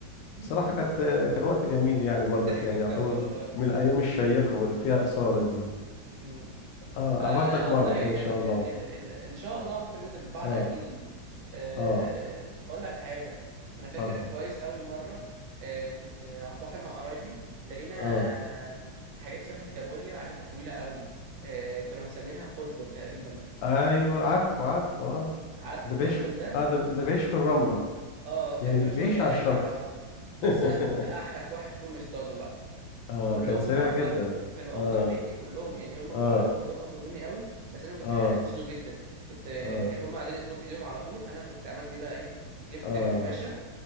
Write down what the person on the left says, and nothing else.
بصراحة كانت كان وقت جميل يعني برضك
يعني
يعتبر
من الأيام الشيقة واللي فيها إثارة دي
اه
أباخدك مرة
كده إن شاء
الله
اه
اه
اتفضل
اه
ايوه عارفه عارفه اه
ده
بيعيش في...
اه ده, ده بيعيش في الرملة
يعني
بي- بيعيش
على
الشط
<laughs>
اه
كان سريع
جدا
اه
اه
اه
اه
اه